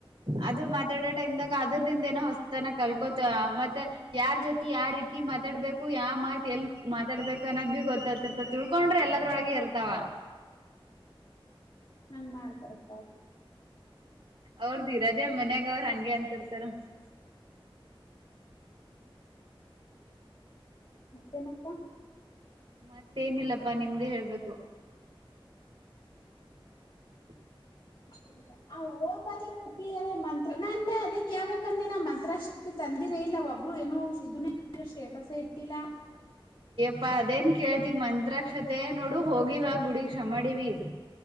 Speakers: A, on the right; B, on the left.
A: ಅದು ಮಾತಾಡೋ ಟೈಮ್ದಾಗ ಆದ್ರುದಿಂದ ಏನೋ ಹೊಸ್ -- ತನ ಕಲ್ಕೋತ ಮತ್ತ ಯಾರ್ ಜೊತಿ ಯಾವ ರೀತಿ ಮಾತಾಡ್ಬೇಕು ಯ ಮಾತ್ ಎಲ್ ಮಾತಾಡ್ಬೇಕು ಅನ್ನೋದ್ ಭಿ ಗೊತ್ತಾಗತಿರ್ತ ತಿಳ್ಕೊಂಡ್ರಿ ಎಲ್ಲದ್ರೊಳಗ ಇರ್ತಾವ.
B: ಹಂಗ್ ಮಾಡ್ತಾರಕ್ಕ ಅವ್
A: ಅವ್ರ್ದ ಇರೋದೇ ಮನ್ಯಾಗ ಅವ್ರ ಹಂಗೆ ಅಂತಿರ್ತಾರ.
B: ಮತ್ತೆ ನಕ್ಕಾ
A: ಮತ್ತೇನಿಲ್ಲಪ್ಪಾ ನಿಮ್ದೇ ಹೇಳ್ಬೇಕು. <inaudible>
B: <unintelligible> ನಂದೆ ಅದೇ ಕೇಳ್ಬೇಕಂದ್ರೆ ನಾ ಮಂತ್ರಕ್ಶತೆ ತಂ <unintelligible> ಇದಿರ ಇಲ್ಲ ಒಬ್ರು ಏನು ಇದನ್ನೇ ಸ್ಟೇಟಸ ಇಟ್ಟಿಲ್ಲ.
A: ಅಪ್ಪಾ ಅದೇನ್ ಕೇಳ್ತಿ ಮಂತ್ರಾಕ್ಷತೆ ನೋಡು ಹೋಗಿವ ಗುಡಗ್ ಶ್ರಮಾಡಿವಿ.